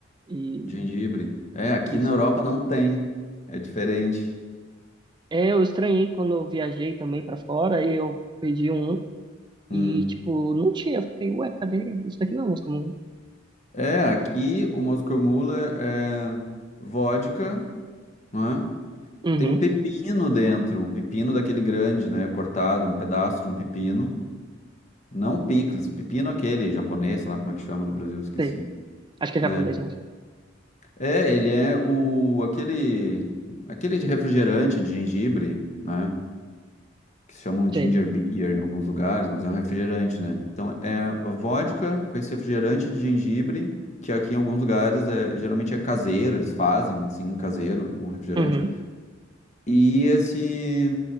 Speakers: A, on the right (about 25°); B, on the left (about 35°).
A: e
B: De gengibre. É, aqui
A: isso.
B: na Europa não tem. É diferente.
A: É, eu estranhei quando eu viajei também pra fora, aí eu pedi um e
B: Hum.
A: tipo, não tinha, eu fiquei, ué, cadê? Isso daqui não é música comum.
B: É, aqui o Moscow Mule é é vodka, né?
A: Uhum,
B: Tem um pepino dentro, um pepino daquele grande, né? Cortado, um pedaço de um pepino. Não picles, o pepino é aquele japonês, sei lá como é que chama no Brasil, esqueci,
A: sei. Acho que é
B: né?
A: japonês, mas
B: É, ele é o aquele aquele de refrigerante de gengibre, né? Que se chamam ginger
A: sei.
B: beer em alguns lugares, mas é um refrigerante, né? Então é a vodka com esse refrigerante de gengibre, que aqui em alguns lugares é geralmente é caseiro, eles fazem assim caseiro o refrigerante.
A: Uhum.
B: e esse